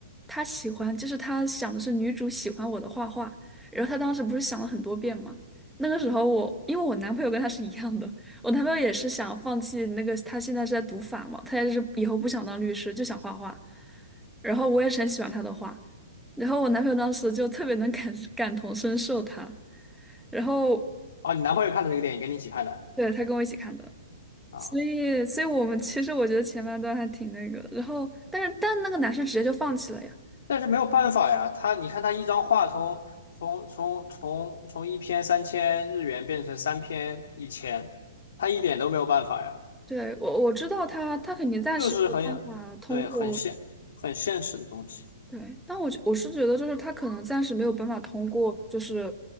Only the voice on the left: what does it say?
哦，你男朋友看的这个电影，跟你一起看的
啊？
但是没有办法呀，他你看他一张画从从从从从一篇三千日元变成三篇一千，他一点都没有办法呀，
就是很对很现很现实的东西。